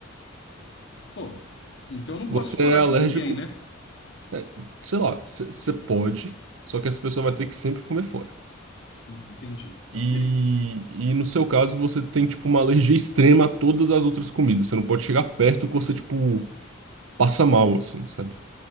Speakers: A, on the left (about 60°); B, on the right (about 80°).
A: Pô, então eu não
B: Você
A: posso
B: é
A: morar
B: alérgico,
A: com ninguém, né?
B: é, sei lá, você pode, só que essa pessoa vai ter que sempre comer fora.
A: Hum, Entendi. Ok.
B: E, e no seu caso, você tem, tipo, uma alergia extrema a todas as outras comidas. Você não pode chegar perto que você, tipo, passa mal, assim, sabe?